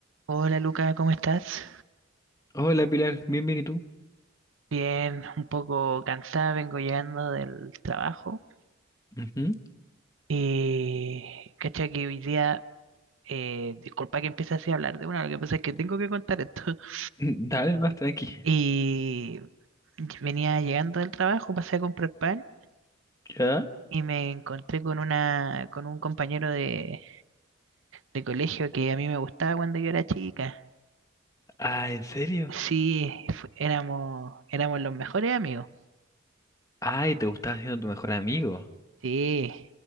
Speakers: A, on the right; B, on the left.
A: Hola Luca, ¿cómo estás?
B: Hola Pilar, bien, bien, ¿y tú?
A: Bien, un poco cansada, vengo llegando del trabajo.
B: Ujú.
A: Y cacha que hoy día, eh, disculpa que empiece así a hablar de una, lo que pasa es que tengo que contar esto. <laughs>
B: <laughs> Dale, más tranqui.
A: Y venía llegando del trabajo, pasé a comprar pan
B: ¿Ya?
A: y me encontré con una, con un compañero de, de colegio que a mí me gustaba cuando yo era chica.
B: Ah, ¿en serio?
A: Sí, fu- éramos, éramos los mejores amigos.
B: Ay, te gustaba siendo tu mejor amigo.
A: Sí.